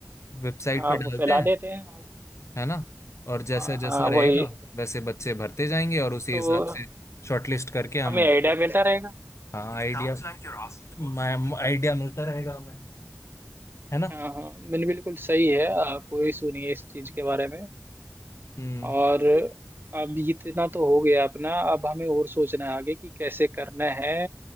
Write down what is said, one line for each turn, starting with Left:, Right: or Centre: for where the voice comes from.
Left: वेबसाइट
Right: हैं हाँ
Left: पे डालते
Right: वो फैला
Left: हैं
Right: देते हैं
Left: है ना और जैसा
Right: हाँ
Left: जैसा
Right: हाँ
Left: रहेगा
Right: वही
Left: वैसे बच्चे भरते जाएंगे और उसी
Right: तो
Left: हिसाब से शॉर्टलिस्ट करके हम
Right: हमें आइडिया मिलता रहेगा
Left: हाँ आइडिया food. मैं something. आइडिया मिलता रहेगा हमें है ना
Right: हाँ हाँ मैंने बिल्कुल सही है आ, कोई इशू नहीं है इस चीज के बारे में
Left: हम्म
Right: और अब इतना तो हो गया अपना अब हमें और सोचना है आगे कि कैसे करना है